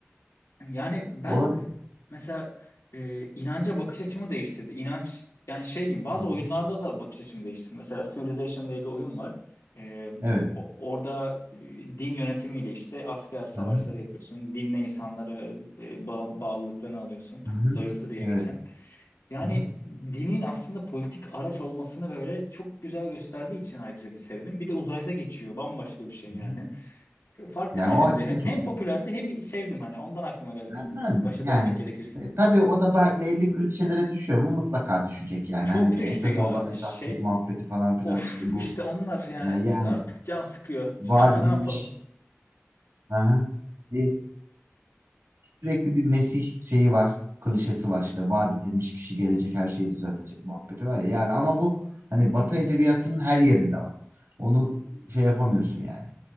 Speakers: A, on the left; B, on the right.
A: Yani ben
B: Olabilir.
A: Mesela e, inanca bakış açımı değiştirdi. İnanç yani şey gibi bazı
B: Hı hı.
A: oyunlarda da bakış açımı değiştirdi. Mesela Civilization diye bir oyun var. E,
B: Evet.
A: o- orada e, din yönetimiyle işte asker savaşları
B: Hı hı.
A: yapıyorsun. Dinle insanları e, bağ- bağlılıklarını alıyorsun.
B: Hı hı.
A: Loyalty diye
B: Evet.
A: geçen. Yani
B: Hı hı.
A: dinin aslında politik araç olmasını böyle çok güzel gösterdiği için ayrıca bir sevdim. Bir de uzayda geçiyor. Bambaşka bir şey
B: Hı
A: yani.
B: hı.
A: Farklı
B: Yani
A: bir filmdi.
B: o açıdan
A: Hem,
B: çok.
A: hem popülerdi hem sevdim hani. Ondan aklıma geldi.
B: Ben, ben-
A: Başa
B: yani
A: dönmek gerekirse.
B: e, tabii o da be- belli klişelere düşüyor mu? Mutlaka düşecek yani.
A: Çok
B: Hani bir
A: düştü
B: esas
A: ya
B: olan esas
A: şey.
B: kız muhabbeti falan filan
A: Of
B: işte bu.
A: işte onlar yani
B: E, yani
A: artık can sıkıyor.
B: vaat
A: İşte ama
B: edilmiş.
A: ne yapalım?
B: Hı hı. Bir Sürekli bir Mesih şeyi var. Klişesi var işte. Vaat edilmiş kişi gelecek her şeyi düzeltecek muhabbeti var ya. Yani ama bu hani Batı edebiyatının her yerinde var. Onu şey yapamıyorsun yani.